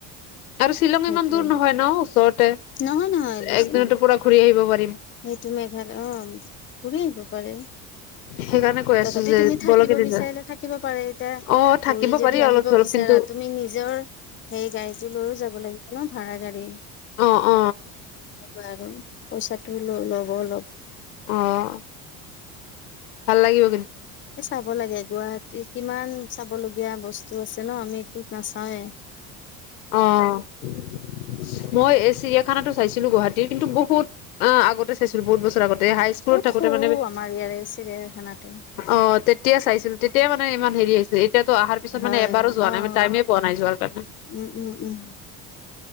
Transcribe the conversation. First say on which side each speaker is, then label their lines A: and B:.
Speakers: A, on the left (about 85°); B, on the left (about 30°).
A: আৰু শ্বিলং
B: সেইটোৱে
A: ইমান দূৰ নহয় ন ওচৰতে
B: নহয় নহয় বেছি
A: একদিনতে
B: নহয়
A: পুৰা ঘূৰি আহিব পাৰি
B: সেইটো মেঘাল অ ঘূৰি আহিব পাৰে
A: সেইকাৰণে কৈ আছো
B: তথাপি
A: যে
B: তুমি থাকিব
A: বলক এদিন
B: বিচাৰিলে
A: যাও
B: থাকিব পাৰে এতিয়া
A: অ থাকিব
B: ঘুৰি যদি
A: পাৰি অলপ
B: আহিব
A: চলপ
B: বিচাৰা
A: কিন্তু
B: তুমি নিজৰ সেই গাড়ীটো লৈও যাব লাগিব ন ভাড়া গাড়ী
A: অ অ
B: বাৰু পইচাটো ল ল'ব অলপ
A: আহ ভাল লাগিব
B: এ চাব লাগে গুৱাহাটী কিমান চাব লগগীয়া বস্তু আছে ন আমি এইটোত নাচাওৱেই
A: অ মই চিৰিয়াখানা চাইছিলো গুৱাহাটী কিন্তু বহুত আগতে চাইছিলো বহুত বছৰ আগত হাই স্কুলত
B: বহুত
A: থাকোতে
B: সৰু
A: মানে
B: আমাৰ ইয়াৰে চিৰিয়াখানাটো।
A: অ তেতিয়া চাইছিলো তেতিয়াই মানে ইমান হেৰি আছিল এতিয়াতো অহাৰ পিছত
B: হয়
A: মান এবাৰো যোৱা
B: অ',
A: নাই মান টাইমে পোৱা নাই যোৱাৰ কাৰণে
B: um, um, um